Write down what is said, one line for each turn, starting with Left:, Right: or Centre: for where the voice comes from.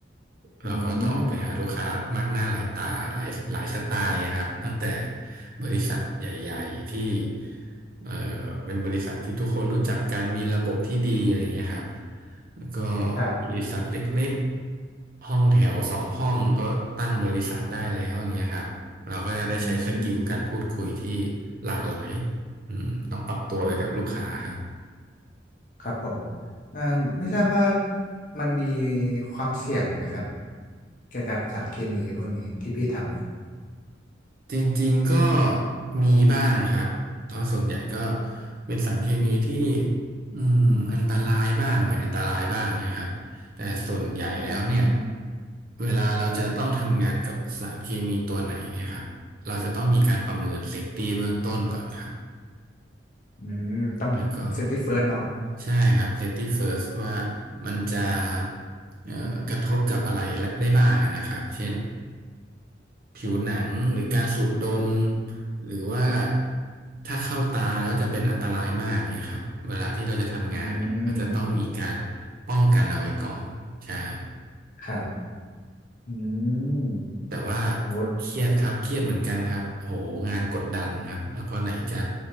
Right: เราก็ต้องออกไปหาลูกค้ามากหน้าหลายตาหลายหลายสไตล์ครับตั้งแต่
Left: อืม
Right: บริษัทใหญ่ๆที่ เอ่อเป็นบริษัทที่ทุกคนรู้จักกันมีระบบที่ดีอะไรอย่างเงี้ยครับแล้วก็
Left: ครับ
Right: บริษัทเล็กๆห้องแถวสองห้องก็ตั้งบริษัทได้แล้วอย่างเงี้ยครับเราก็จะได้ใช้สกิลการพูดคุยที่
Left: อืม
Right: หลากหลายอืมต้องปรับตัวไปกับลูกค้าครับ
Left: อืมครับผมเอ่อไม่ทราบว่ามันมีความเสี่ยงไหมครับ เกี่ยวกับสารเคมีพวกนี้ที่พี่ทำอยู่
Right: จริงๆก็มีบ้างครับเพราะส่วนใหญ่ก็เป็นสารเคมีที่อืมอันตรายบ้างไม่อันตรายบ้างเนี่ยครับแต่ส่วนใหญ่แล้วเนี่ย
Left: อืม
Right: เวลาเราจะต้องทำงานกับสารเคมีตัวไหนเนี่ยครับเราจะต้องมีการประเมินเซฟตี้เบื้องต้นก่อนครับ
Left: อืมต้องเซฟตี้เฟิร์สเนาะ
Right: แล้วก็ใช่ครับ safety first ว่ามันจะเอ่อกระทบกับอะไรได้บ้างอะนะครับเช่นผิวหนังหรือการสูดดมหรือว่าถ้าเข้าตาแล้วจะเป็นอันตรายมากเงี้ยครับเวลาที่เราจะทำงานเนี่ยเราจะต้องมีการ
Left: อืม
Right: ป้องกันเอาไว้ก่อนใช่
Left: ครับอืมโห
Right: แต่ว่าเครียดครับเครียดเหมือนกันครับโหงานกดดันครับแล้วก็ไหนจะ